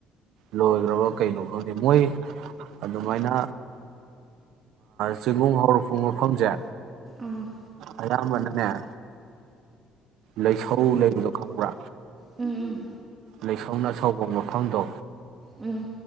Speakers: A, on the right (about 70°); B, on the right (about 20°).
A: ꯂꯣꯏꯈ꯭ꯔꯕ ꯀꯩꯅꯣ ꯈꯪꯅꯤ ꯃꯣꯏ ꯑꯗꯨꯃꯥꯏꯅ ꯆꯤꯡꯒꯣꯡ ꯍꯧꯔꯛꯄ ꯃꯐꯝꯁꯦ
B: ꯎꯝ
A: ꯑꯕꯅꯅꯦꯦ ꯂꯩꯁꯧ ꯂꯩꯕꯗꯣ ꯈꯪꯕ꯭ꯔꯥ
B: ꯎꯝ ꯎꯝ
A: ꯂꯩꯁꯧꯅ ꯁꯧꯕ ꯃꯐꯝꯗꯣ
B: ꯎꯝ